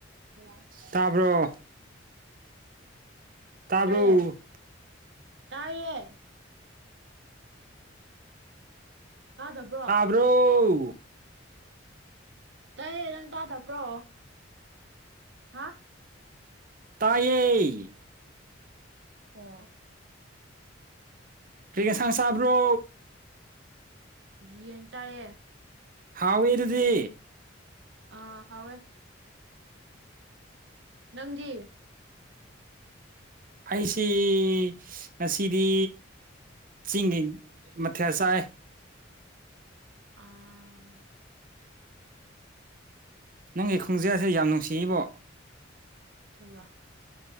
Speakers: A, on the right; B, on the right.
A: <unintelligible>
B: ꯇꯕ꯭ꯔꯣ ꯇꯥꯕ꯭ꯔꯣ
A: ꯇꯥꯏꯌꯦ ꯇꯥꯏꯌꯦ ꯇꯥꯗꯕ꯭ꯔꯣ
B: ꯕ꯭ꯔꯣ
A: ꯇꯥꯏꯌꯦ ꯅꯪ ꯇꯥꯗꯕ꯭ꯔꯣ ꯍꯥ
B: ꯇꯥꯏꯌꯦ
A: ꯑꯣ
B: ꯀ꯭ꯔꯤꯒ ꯑꯦꯟꯁꯥꯡ ꯆꯥꯕ꯭ꯔꯣ
A: ꯌꯦꯟ ꯆꯥꯏꯌꯦ
B: ꯍꯥꯎꯋꯦ ꯑꯗꯨꯗꯤ
A: ꯑꯥ ꯍꯥꯎꯋꯦ ꯅꯪꯗꯤ
B: ꯑꯩꯁꯤ ꯉꯁꯤꯗꯤ ꯆꯤꯡꯒꯤ ꯃꯊꯦꯜ ꯆꯥꯏ
A: ꯑꯥ
B: ꯅꯪꯒꯤ ꯈꯣꯟꯖꯦꯜꯁꯦ ꯌꯥꯝ ꯅꯨꯡꯁꯤꯕꯣ
A: ꯑꯜꯂ